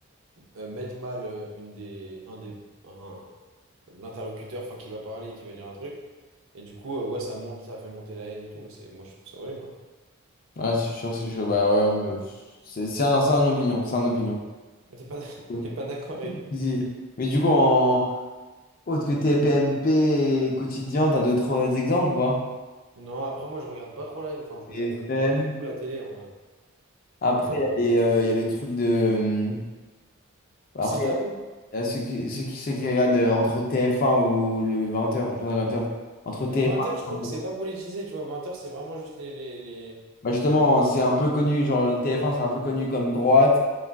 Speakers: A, on the right (about 70°); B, on the left (about 40°).
A: euh, mettent mal euh, une des, un des, un, l'interlocuteur enfin, qui va parler, qui va dire un truc. Et du coup, euh, ouais, ça monte, ça fait monter la haine et tout, mais c'est moi je trouve ça horrible. hein.
B: ouais, c'est sûr, c'est sûr. Bah ouais, mais c'est c'est un, c'est un opinion, c'est un opinion.
A: Mais t'es pas, d'ac-
B: Ouais.
A: <laughs> t'es pas d'accord avec.
B: Si, si. Mais du coup, en, Autre que TPMP quotidien, t'as d'autres exemples, ou pas?
A: Non, après moi je regarde pas trop la. Enfin, je
B: TFM.
A: regarde même pas du tout la télé en vrai.
B: Après,
A: Donc euh,
B: il y a les, euh, il y a le truc de. hum, Après,
A: c'est à vous.
B: il y a ceux qui, ceux qui, ceux qui regardent euh, entre TF1 ou le 20h, journal 20h. Entre
A: Mais
B: TF1
A: le 20 heures je trouve
B: et 30.
A: que c'est pas politisé, tu vois. 20 heures c'est vraiment juste les, les, les-
B: Bah justement, c'est un peu connu. Genre, le TF1, c'est un peu connu comme droite.